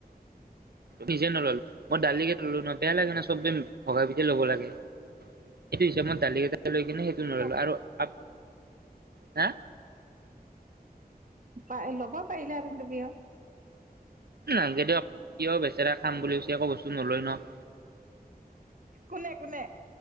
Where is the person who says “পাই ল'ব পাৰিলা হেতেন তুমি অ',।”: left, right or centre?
Right